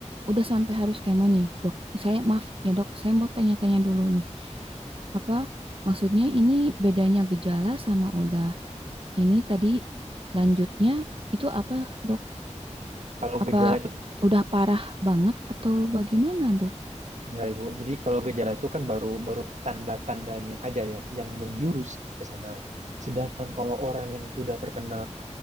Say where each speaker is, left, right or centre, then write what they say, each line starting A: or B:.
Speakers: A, on the right; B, on the right.
A: udah sampai harus kemo nih, dok. Saya maaf ya dok, saya mau tanya-tanya dulu nih. Apa maksudnya ini bedanya gejala sama udah ini tadi lanjutnya itu apa dok?
B: Kalau
A: Apa
B: gejala itu
A: udah parah banget atau bagaimana dok?
B: enggak Ibu. Jadi kalau gejala itu kan baru baru tanda-tandanya aja ya yang menjurus ke sana. Sedangkan kalau orang yang sudah terkena